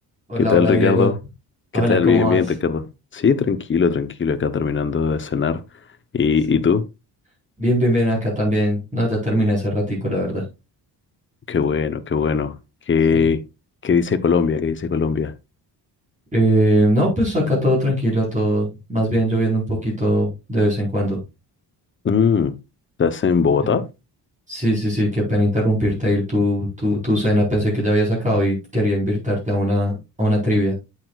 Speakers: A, on the right; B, on the left.
A: Hola,
B: ¿Qué tal,
A: hola
B: Ricardo?
A: Diego. Hola,
B: ¿Qué tal?
A: ¿cómo
B: Bien,
A: vas?
B: bien, Ricardo. Sí, tranquilo, tranquilo, acá terminando de cenar. ¿Y,
A: Sí.
B: y tú?
A: Bien, bien, bien, acá también. No, ya terminé hace ratico, la verdad.
B: Qué bueno, qué bueno. ¿Qué,
A: Sí.
B: qué dice Colombia? ¿Qué dice Colombia?
A: Eh, no, pues acá todo tranquilo, todo. Más bien lloviendo un poquito de vez en cuando.
B: Mm, ¿estás en Bogotá?
A: Sí, sí, sí, sí, qué pena interrumpirte. Ir tu, tu, tu cena, pensé que ya habías acabado y quería invitarte a una, a una trivia.